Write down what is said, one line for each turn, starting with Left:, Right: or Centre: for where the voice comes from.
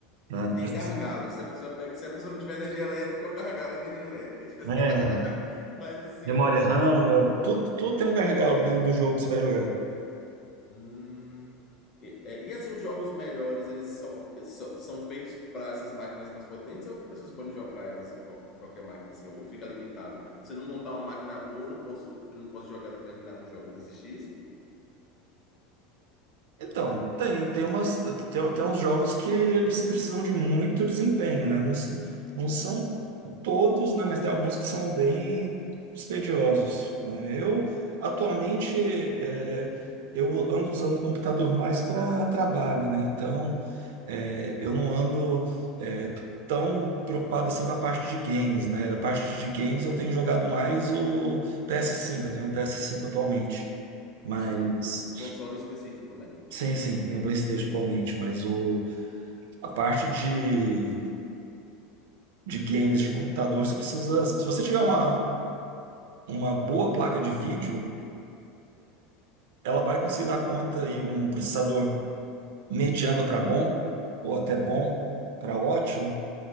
Right: né?
Left: Tem
Right: Process-
Left: gargalo, se a pessoa pega- se a pessoa não tiver energia elétrica, é o gargalo é energia elétrica. <laughs>
Right: né,
Left: Mas assim.
Right: Memória RAM, tudo, tudo tem um gargalo dentro do jogo que você vai jogar.
Left: hum, e, é, e, assim, os jogos melhores, eles só, eles só- são feitos para essas máquinas mais potentes ou as pessoas podem jogar elas em, qual- em qualquer máquina, assim, ou fica limitado? Se eu não montar uma máquina boa, eu não posso, eu não posso jogar determinados jogos. Existe isso?
Right: Então, tem, tem umas, tem, tem uns jogos que eles precisam de muito desempenho, né? Não, s- não são todos, né? Mas tem alguns que são bem dispendiosos, né? Eu, atualmente, é, eu ando usando o computador mais para trabalho, né? Então, é, eu não ando, é, tão preocupado assim com a parte de games, né? A parte de games eu tenho jogado mais o ps cinco eu tenho um ps cinco atualmente, mas...
Left: Sim, um console específico, né?
Right: Sim, sim, tem o PlayStation atualmente, mas o, a parte de, de games de computador, você precisa. Se você tiver uma, uma boa placa de vídeo, ela vai conseguir dar conta e um processador mediano para bom, ou até bom para ótimo,